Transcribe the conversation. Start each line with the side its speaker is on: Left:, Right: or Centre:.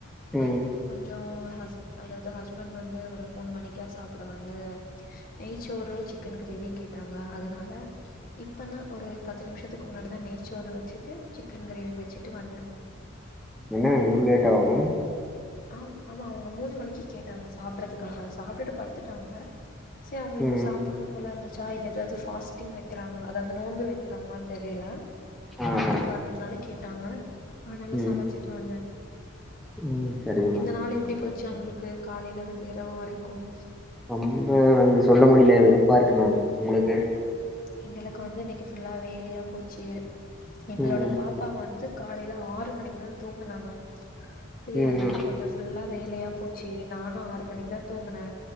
Left: நைட்டுக்கு
Centre: ம்
Left: கொஞ்சோ ஹஸ் அதாவது ஹஸ்பண்ட் வந்து ஒரு மூணு மணிக்கா சாப்பட வந்து நெய்சோறு சிக்கன் கிரேவியு கேட்டாங்க அதனால இப்பன்னா ஒரு பத்து நிமிஷத்துக்கு முன்னாடிதா நெய்ச்சோறு வச்சிட்டு சிக்கன் கிரேவி வச்சிட்டு வந்த
Centre: என்னா இவ்லேட்டாவா மேம்
Left: ஆ ஆமா அவங்க மூணு மணிக்கு கேட்டாங்க சாப்பட்றதுக்காக சாப்ட்டுட்டு படுத்துட்டாங்க சோ அவங்களுக்கு
Centre: ம்
Left: சாப் ண்ணு போல இருந்துச்சா இல்ல எ எதாவது பாஸ்டிங் வைக்கிறாங்களா அதாவது நோன்பு வைக்கிறாங்களான்னு தெரில
Centre: ஆ ஆ
Left: அந்த காரணத்தனால கேட்டாங்க அதனால
Centre: ம்
Left: சமச்சுட்டு வந்த
Centre: ம் சரிங்க
Left: இந்த
Centre: மேம்
Left: நாள் எப்டி போச்சு உங்களுக்கு காலையில இருந்து இரவு வரைக்கும்
Centre: ரொம்ப வந்து சொல்ல முடில வெருப்பா இருக்கு மேம் உங்களுக்கு
Left: எங்களுக்கு வந்து இன்னைக்கு ஃபுல்லா வேலையா போச்சு எங்களோட
Centre: ம்
Left: பா அப்பா வந்து காலையில ஆறு மணிக்கு தா தூங்கனாங்க சரி
Centre: ம்
Left: அதனால கொஞ்சோ ஃபுல்லா வேலையா போச்சு நானு ஆறு மணிக்கு தா தூங்கன